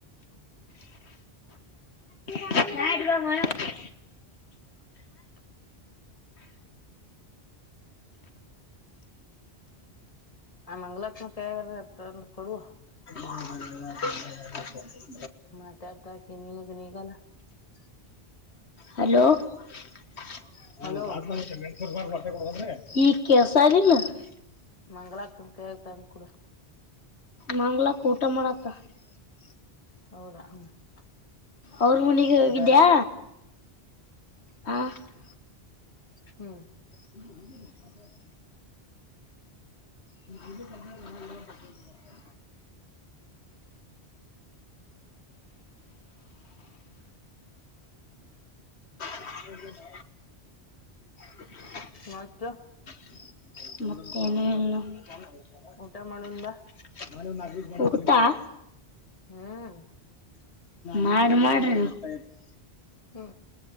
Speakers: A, on the left (about 35°); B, on the left (about 80°).
A: <unintelligible>
B: <unintelligible> <inaudible> ರೈಟ್ ಹೋಗಿ ಹೊರ ಹೋಗಬೇಕ.
A: <unintelligible> ಆ ಮಂಗಲ ಅಕ್ಕ ಕೈಗರ ತಂದು ಕೊಡು.
B: <unintelligible>
A: ಮಾತಾಡಾ ಪಾ ನೀನಗ ನೀಗಲ್ಲ? <unintelligible>
B: ಹಲೋ? <unintelligible>
A: ಹಲೋ
B: <inaudible> ಈಗ ಕೇಳಸೂದಿಲ್ಲ? <unintelligible>
A: ಮಂಗಳ ಅಕ್ಕನ ಕೈಯಾಗ ತಂದ ಕೂಡ. <unintelligible>
B: ಮಂಗಳ ಅಕ್ಕ ಊಟ ಮಾಡತಾಳ? <unintelligible>
A: ಹೌದಾ? <unintelligible>
B: ಅವರ ಮನಿಗ ಹೋಗಿದ್ಯಾ
A: ದಡ
B: ಹಾ <unintelligible>
A: ಹೂ <unintelligible>
B: <unintelligible> ನೀವ ಹೋಗಿಲ್ ಏನ್ ಸರ್ ನೀವ್ ಹೋಗಿದ <inaudible> <unintelligible> ಹ ನೀನ್ ಮಾಡ್ <inaudible> <unintelligible>
A: ಮತ್ತ? <unintelligible>
B: <inaudible> ಮತ್ತ ಏನು ಇಲ್ಲ? <unintelligible>
A: ಊಟ ಮಾಡುನ್ ಬಾ
B: ನೋಡಣ ನಾವ್ ಯೂಸ್ ಮಾಡೋ ನಾ ಹೋಗುತ್ತಾ? <unintelligible>
A: ಹ <unintelligible>
B: ಮಾಡ ಮಾಡ್ರಿ. <unintelligible> <inaudible>
A: ಹ್ಮ